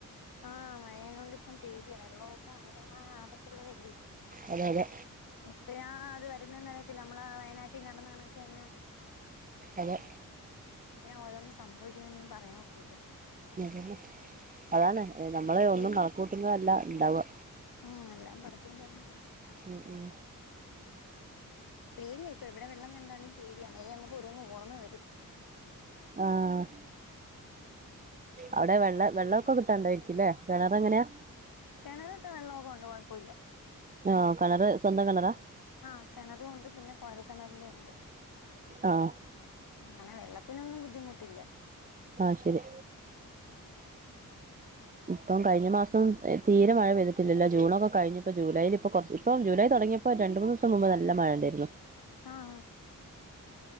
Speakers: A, on the left (about 90°); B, on the right (about 25°).
A: ആഹ് മഴേന കൊണ്ട് ഇപ്പം പേടയാ വെള്ളമൊക്കെ ഭയങ്കരമായ ആപത്തുള്ളതല്ലേ
B: അതെ അതെ
A: എപ്പഴാ അത് വരുന്നന് അറിയത്തില്ല നമ്മള വയനാട്ടിൽ നടന്ന കണൊക്കെ തന്നെ
B: അതെ
A: ഞാൻ ഓരോന്നും സംഭവിക്കുന്നൊന്നും പറയാനൊക്കൂല്ല
B: അതല്ലേ അതാണ് നമ്മള
A: പേ
B: ഒന്നും കണക്ക കൂട്ടുന്നത അല്ല ഉണ്ടാവുക
A: ആഹ് എല്ലാം പറച്ചുകൊണ്ട് തരുന്നുന്നത്
B: ഉം ഉം
A: പേടിയ ഇപ്പ എവിടെ വെള്ളം കണ്ടാലും പേടിയാ നേരം നമുക്ക് ഒരുരോന്ന് ഓർമ്മ വരും
B: ആഹ് അവിടെ വെള്ള വെള്ളമൊക്കെ കിട്ടാണ്ടായിരിക്കല്ലേ കിണർ എങ്ങനെയാ
A: കിണലട്ടെ വെള്ളമൊക്കെ കൊണ്ട് കുഴപ്പമില്ല
B: ആഹ് കെണറ് സ്വന്തം കെണറാ
A: ആഹ് കിണറും ഉണ്ട് പിന്നെ കോയൽ കിണറിന്റെയും ഉണ്ട്
B: ആഹ്
A: അങ്ങനെ വെള്ളത്തിനൊന്നും ബുദ്ധിമുട്ടില്ല
B: ആഹ് ശരി ഇപ്പം കഴിഞ്ഞ മാസം തീരെ മഴ പെയ്തിട്ടില്ലില്ല ജൂണൊക്കെ കഴിഞ്ഞ ഇപ്പൊ ജൂലൈൽ ഇപ്പൊ കുറച്ച് ഇപ്പം ജൂലൈ തുടങ്ങിയപ്പോ രണ്ട് മൂന്ന് ദിവസം മുമ്പ് നല്ല മഴ ഇണ്ടായിരുന്നു
A: ആഹ് ആഹ്